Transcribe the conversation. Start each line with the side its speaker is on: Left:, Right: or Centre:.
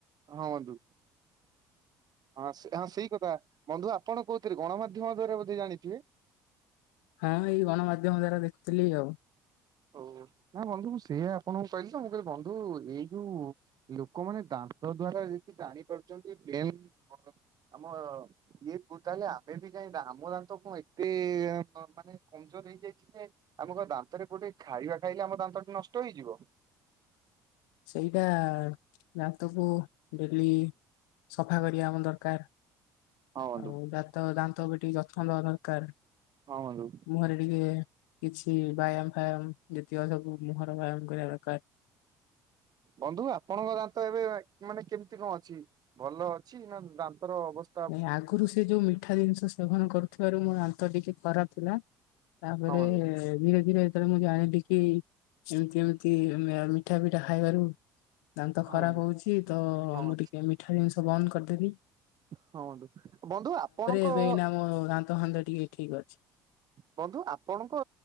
Right: ହଁ ବନ୍ଧୁ, ହଁ ସେ ହଁ ସେଇ କଥା ବନ୍ଧୁ ଆପଣ କୋଉଥିରେ ଗଣମାଧ୍ୟମରେ <unintelligible>
Left: ହଁ ଏଇ ଗଣମାଧ୍ୟମ ଦ୍ଵାରା ଦେଖୁଥିଲି ଆଉ
Right: ଓ ନା ବନ୍ଧୁ ମୁ ସେୟା ଆପଣଙ୍କୁ କହିଲି ତ ମୁଁ କହିଲି ବନ୍ଧୁ ଏଇ ଯୋଉ ଲୋକମାନେ ଦାନ୍ତ ଦ୍ଵାରା ଯେ ଜାଣି ପାରୁଛନ୍ତି <unintelligible> ଇଏ କୁ ତାହେଲେ ଆମେ ବି ଜାଣିବା ଆମର ତ କଣ ଏତେ ମାନେ କମଜୋର ହେଇଯାଇଛି ଯେ ଆମ କଣ ଦାନ୍ତରେ କଣଟେ ଖାଇବା ଖାଇଲେ ଆମ ଦାନ୍ତଟି ନଷ୍ଟ ହେଇଯିବ।
Left: ସେଇଟା ଆ ଦାନ୍ତ କୁ ଡେଲି ସଫା କରିବା ଆମ ଦରକାର।
Right: ହଁ ବନ୍ଧୁ।
Left: ଆଉ ଦାନ୍ତ ଦାନ୍ତ ବି ଟିକେ ଯତ୍ନ ନବା ଦରକାର।
Right: ହଁ ବନ୍ଧୁ।
Left: ମୁହଁରେ ଟିକେ କିଛି ବ୍ୟାୟାମ ଫ୍ୟାୟାମ ଯେତିକ ସବୁ ମୁହର ବ୍ୟାୟାମ କରିବା ଦରକାର।
Right: ବନ୍ଧୁ ଆପଣଙ୍କ ଦାନ୍ତ ଏବେ ମାନେ କେମିତି କଣ ଅଛି ଭଲ ଅଛି ନା ଦାନ୍ତର ଅବସ୍
Left: ନାଇଁ ଆଗରୁ ସେ ଯୋଉ ମିଠା ଜିନିଷ ସେବନ କରୁଥିବାରୁ ମୋର ଦାନ୍ତ ଟିକେ ଖରାପ ଥିଲା ତାପରେ
Right: ହଁ ବନ୍ଧୁ।
Left: ଧୀରେ ଧୀରେ ତାପରେ ମୁଁ ଜାଣିଲି କି ଏମତି ଏମିତି ମିଠା ପିଠା ଖାଇବାରୁ ଦାନ୍ତ
Right: ହଁ
Left: ଖରାପ
Right: ବନ୍ଧୁ
Left: ହଉଛି ତ ଅ
Right: ହଁ
Left: ମୁଁ ଟିକେ ମିଠା ଜିନିଷ ବନ୍ଦ କରିଦେବି।
Right: ହଁ ବନ୍ଧୁ ବନ୍ଧୁ ଆପଣଙ୍କ?
Left: ଏବେ ଏଇନା ମୋ ଦାନ୍ତ ଦାନ୍ତ ଫାନ୍ତ ଟିକେ ଠିକ ଅଛି।
Right: ବନ୍ଧୁ ଆପଣଙ୍କ